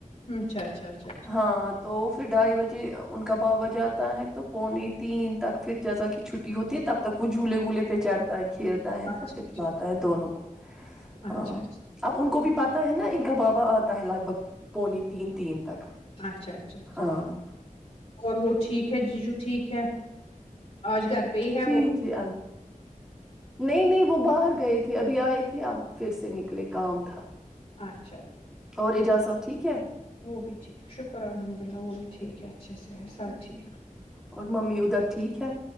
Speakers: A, on the left (about 45°); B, in the centre.
A: اچھا اچھا اچھا اچھا
B: ہاں تو ڈھائی بجے ان کا باابا جاتا ہے تو پونے تین تک پھر جزا کی چھٹی ہوتی ہے تب تک وہ جھولے وولے پہ چڑتا ہے کھیلتا ہے
A: اچھا
B: تو پک لاتا ہے دونوں کو
A: اچھا اچھا
B: ہاں
A: اچھا
B: اب ان کو بھی پاتا ہے نا ان کا بابا آتا ہے لگ بھگ پونی تین تین تک
A: اچھا اچھا اچھا اچھا اچھا
B: ہاں
A: اور وہ ٹھیک ہے جیجو ٹھیک ہے آج گھر پہ ہی ہے
B: جی
A: وہ
B: جی ال نہیں نہیں وہ باہر گئے تھے ابھی آئے تھے اب پھر سے نکلے کام تھا
A: آٹھ
B: اور اجاز سب ٹھیک ہے
A: وہ بھی ٹھیک شکر الحمد ل اللہ وہ بھی ھیک ہےھ ا صحت سب ٹھیک
B: اور ممی ادھر ٹھیک ہے